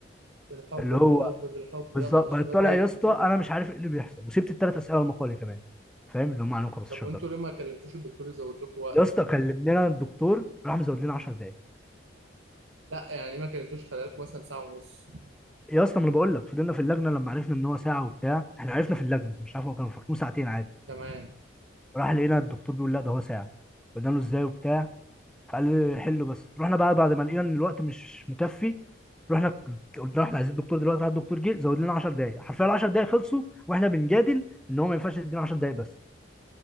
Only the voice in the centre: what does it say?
اللي
هو
بالظبط
بقيت
طالع
يا اسطى انا مش عارف ايه اللي بيحصل وسبت الثلاث اسئله المقالي كمان فاهم اللي هم عليهم 15
درجه
يا اسطى كلمنا الدكتور راح مزود لنا 10 دقائق
يا اسطى ما انا بقول لك فضلنا في اللجنه لما عرفنا ان هو ساعه وبتاع احنا عرفنا في اللجنه مش عارف هو كانوا فاكرين ساعتين عادي
راح لقينا الدكتور بيقول لا ده هو ساعه قلنا له ازاي وبتاع فقال لي حله بس رحنا بقى بعد ما لقينا ان الوقت مش مكفي رحنا ك- قلنا احنا عايزين الدكتور دلوقتي راح الدكتور جه زود لنا 10 دقايق حرفيا ال 10 دقايق خلصوا واحنا بنجادل ان هو ما ينفعش يدينا 10 دقايق بس